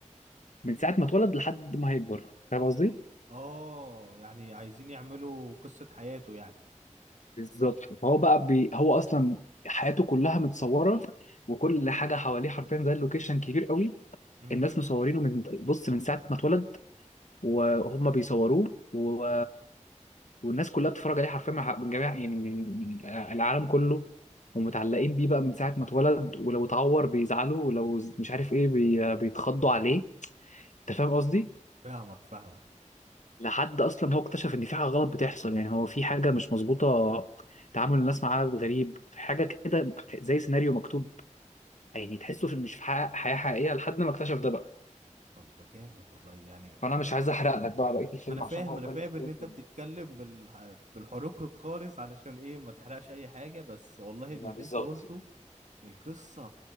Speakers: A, on the left; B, on the right.
A: من ساعه ما اتولد لحد ما هيكبر فاهم قصدي؟
B: اه يعني عايزين يعملوا قصة حياته يعني
A: بالظبط فهو بقى بي... هو اصلا حياته كلها متصوره وكل حاجه حواليه حرفيا زي اللوكيشن كبير قوي
B: امم
A: الناس مصورينه من بص من ساعه ما اتولد وهم بيصوروه و... والناس كلها بتتفرج عليه حرفيا من ح- من جميع يعني من من العالم كله ومتعلقين بيه بقى من ساعه ما اتولد ولو اتعور بيزعلوا ولو ز- مش عارف ايه بي... بيتخضوا عليه انت فاهم قصدي؟
B: فاهمك فاهمك
A: لحد اصلا ما هو اكتشف ان في حاجه غلط بتحصل يعني هو في حاجه مش مظبوطه تعامل الناس معاه غريب حاجه كده زي سيناريو مكتوب يعني تحسه في مش في حقيقة- حياه حقيقيه لحد ما اكتشف ده بقى
B: طب جامد والله يعني
A: فانا مش عايز احرق لك بقى بقيه الفيلم
B: ما انا فاهم
A: عشان هو
B: انا
A: بجد
B: فاهم ان
A: بجد
B: انت بتتكلم بال... بالحروق خالص علشان ايه ما تحرقش اي حاجة بس والله من
A: ما
B: اللي
A: بالظبط
B: انت قلته القصة